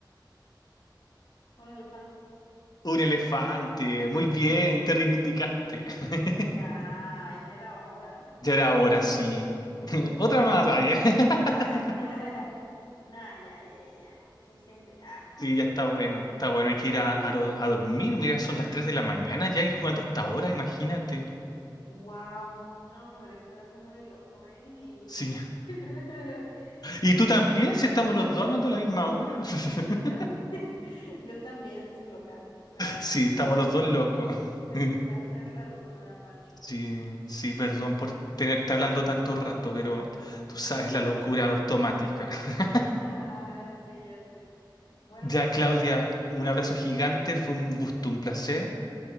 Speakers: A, on the left; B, on the left.
A: Un elefante.
B: <laughs> Un elefante. Muy bien, te reivindicaste. <laughs>
A: Ya, ya era hora, ¿no?
B: Ya era hora, sí. <laughs> Otra
A: Uh.
B: más. ay, <laughs>
A: Ah, <laughs> nah, ya, ya, ya, ya. Suficiente. Ah.
B: Sí, ya está bueno, está bueno,
A: <laughs>
B: hay que ir a, a ro- a dormir, mira, son las 3 de la mañana ya y jugando hasta ahora, imagínate.
A: Wow. No, hombre, estás muy loco, ¿eh? Y,
B: Sí,
A: <laughs>
B: y tú
A: y
B: también,
A: eh,
B: si estamos
A: yo
B: los dos hablando
A: también.
B: a la misma hora. <laughs>
A: Yo, ta- <laughs> yo también estoy loca, la verdad.
B: Sí, estamos
A: Me,
B: los dos locos.
A: Me
B: <laughs>
A: contagias la locura, Pancho.
B: Sí, sí, perdón por tenerte hablando tanto rato, pero tú sabes
A: <laughs>
B: la locura automática. <laughs>
A: Ah, Sí, ya sé. Bueno,
B: Ya,
A: Panchito,
B: Claudia, un abrazo
A: te
B: gigante, fue un gusto, un placer,